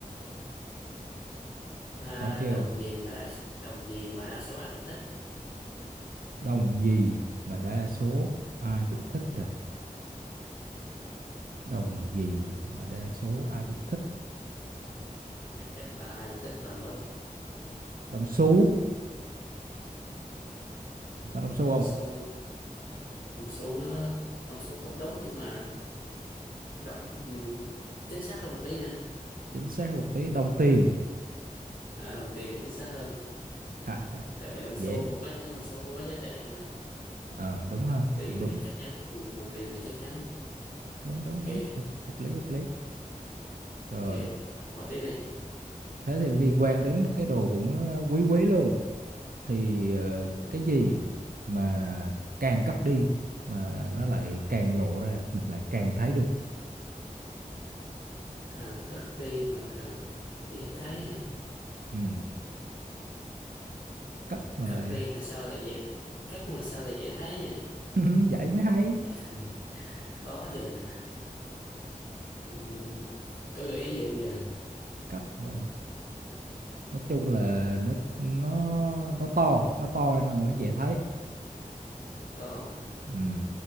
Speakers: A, on the left; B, on the right.
A: à,
B: có chưa
A: đồng gì mà đa đồng gì mà đa số ai cũng thích
B: đồng gì mà đa số ai cũng thích à đồng gì mà đa số ai cũng thích
A: chắc chắc là ai cũng thích cái đồng đó luôn
B: đồng xu phải đồng xu
A: đồng
B: không
A: xu đồng xu nó đồng xu cũng đúng nhưng mà rộng ừm, chính xác hơn một tí nè
B: chính xác một tí đồng tiền
A: à, đồng tiền thì chính xác hơn
B: ha
A: tại vì đồng xu
B: dễ
A: cũng có những cái đồng xu không có giá trị mà
B: ờ đúng ha
A: đồng tiền
B: cũng đúng
A: thì chắc chắn ừ, đồng tiền là chắc chắn
B: đúng đúng
A: ok
B: đúng hợp, hợp lý hợp lý
A: Ok,
B: Rồi,
A: hỏi tiếp đi.
B: thế thì liên quan đến cái đồ cũng ờ, quý quý luôn. Thì ờ,
A: Ừ,
B: cái gì mà càng cất đi mà nó lại càng lộ ra, mình lại càng thấy được.
A: Càng cắt đi mà càng dễ thấy hả?
B: Ừ, cất mà
A: Cắt
B: lại
A: đi mà sao lại dễ cắt mà sao lại dễ thấy nhỉ?
B: <laughs> vậy mới hay.
A: Ừ, <laughs> Khó giờ. Ừ, Có gợi ý gì không nhờ
B: Cất mà nói chung là nó nó nó to, nó to nên là mới dễ thấy.
A: To
B: Ừ,